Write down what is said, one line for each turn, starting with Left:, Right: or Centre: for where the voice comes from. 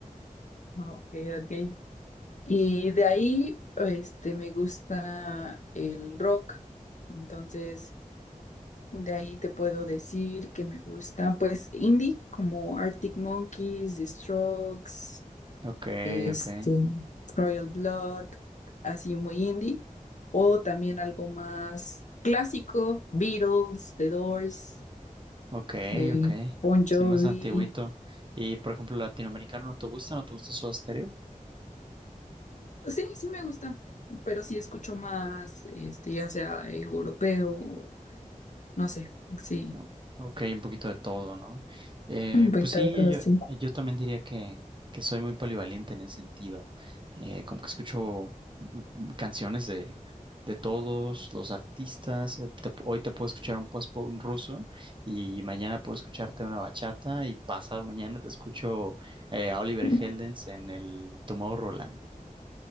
Left: Ah, Ok, ok. Y de ahí, este, me gusta el rock. Entonces... De ahí te puedo decir que me gusta, pues, indie, como Arctic Monkeys, The Strokes,
Right: Ok,
Left: este,
Right: ok.
Left: Royal Blood, así muy indie. O también algo más clásico, Beatles, The Doors,
Right: Ok,
Left: eh,
Right: ok.
Left: Bon Jovi.
Right: Sí, más antiguito. Y por ejemplo, latinoamericano, ¿no te gusta? ¿No te gusta Soda Stereo?
Left: pues Sí, sí me gusta, pero sí escucho más, este, ya sea eh, europeo, no sé, sí,
Right: No. Ok, un poquito de todo, ¿no? Eh,
Left: <clears throat> un poquito
Right: pues sí,
Left: de todo,
Right: yo,
Left: sí.
Right: yo también diría que, que soy muy polivalente en ese sentido. Eh, como que escucho mm, canciones de, de todos los artistas. Eh, te- hoy te puedo escuchar un post un ruso y mañana puedo escucharte una bachata y pasado mañana te escucho eh, a Oliver
Left: <laughs>
Right: Heldens en el Tomorrowland.